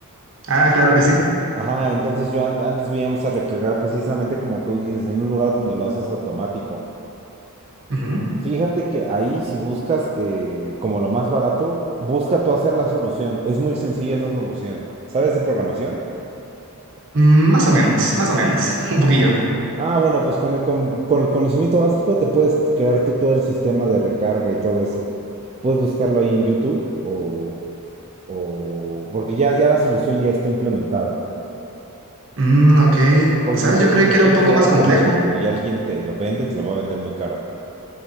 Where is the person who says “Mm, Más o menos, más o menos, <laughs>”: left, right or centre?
Right